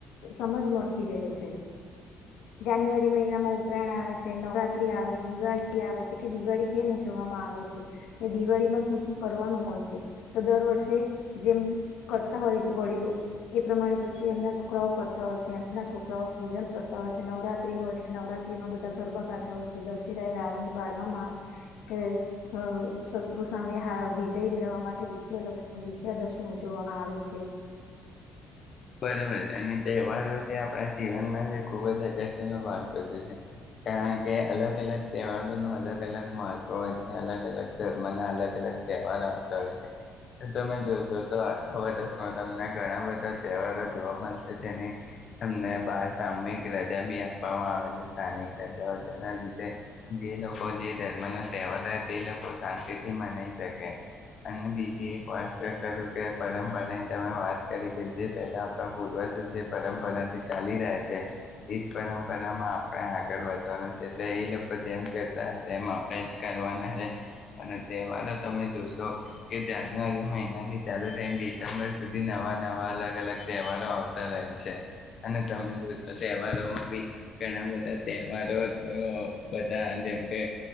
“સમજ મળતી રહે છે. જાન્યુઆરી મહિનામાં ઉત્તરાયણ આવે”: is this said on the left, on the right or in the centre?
Left